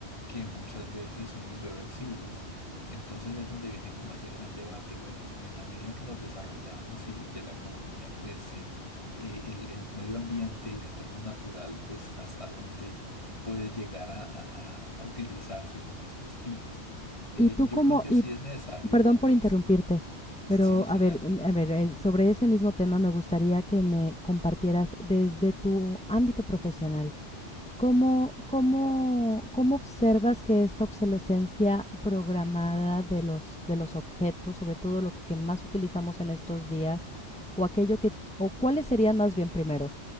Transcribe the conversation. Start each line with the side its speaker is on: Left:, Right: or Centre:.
Left: que muchas veces son irreversibles. Entonces es donde viene como ese gran debate. Bueno, en, en la medida en que nos desarrollamos y, que la economía crece, eh, el, el medio ambiente y el entorno natural, pues hasta dónde puede llegar a, a- a- a utilizarse con estos fines. Eh,
Centre: Y tú
Left: yo
Centre: como,
Left: creo que
Centre: y
Left: sí es necesario,
Centre: perdón por interrumpirte,
Left: pues
Centre: pero
Left: sí, sí,
Centre: a ver,
Left: dale.
Centre: a ver, eh, sobre ese mismo tema me gustaría que me compartieras desde tu ámbito profesional. ¿Cómo, cómo, cómo observas que esta obsolescencia programada de los, de los objetos, sobre todo lo que más utilizamos en estos días, o aquello que, o cuáles serían más bien primero,